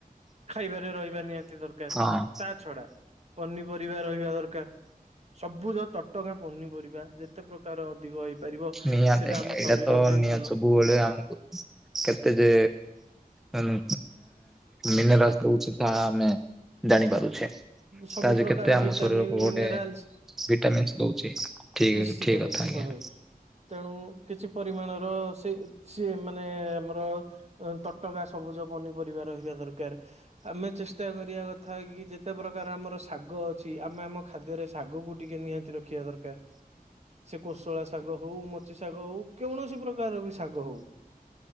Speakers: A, on the right; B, in the centre.
A: ଖାଇବାରେ ରହିବା ନିହାତି ଦରକାର
B: ହଁ
A: ତା ଛଡା ପନିପରିବା ରହିବା ଦରକାର। ସବୁଜ ତଟକା ପନିପରିବା ଯେତେ ପ୍ରକାର ଅଧିକ ହେଇପାରିବ
B: ନିହାତି
A: ସେଇଟା ଆମ
B: ଏଇଡା
A: ଶରୀର
B: ତ
A: ପାଇଁ
B: ନିହାତି
A: ଭଲ
B: ସବୁବେଳୁ ଆମ କେତେ ଯେ ଏଁ ମିନରାସ ଦଉଛି ତାହା ଆମେ ଜାଣି ପାରୁଛେ
A: ସବୁ
B: ତା ଯେ
A: ପ୍ରକାର
B: କେତେ ଆମ
A: ଭିଟାମିନ୍
B: ଶରୀରକୁ
A: ମିନେରାଲସ
B: ଗୋଟେ ଭିଟାମିନ୍ସ ଦଉଛି। ଠିକ୍
A: ନିଶ୍ଚିତ
B: ଅ ଠିକ୍ କଥା
A: ନିଶ୍ଚିତ
B: ଆଜ୍ଞା।
A: ଭାଇ ତେଣୁ କିଛି ପରିମାଣର ସେ ସେ ମାନେ ଆମର ଅ ତଟକା ସବୁଜ ପନିପରିବା ରହିବା ଦରକାର। ଆମେ ଚେଷ୍ଟା କରିବା କଥା କି ଯେତେ ପ୍ରକାର ଆମର ଶାଗ ଅଛି ଆମେ ଆମ ଖାଦ୍ୟରେ ଶାଗକୁ ଟିକେ ନିହାତି ରଖିବା ଦରକାର। ସେ କୋଶଳା ଶାଗ ହଉ ମୋଚି ଶାଗ ହଉ କୌଣସି ପ୍ରକାର ବି ଶାଗ ହଉ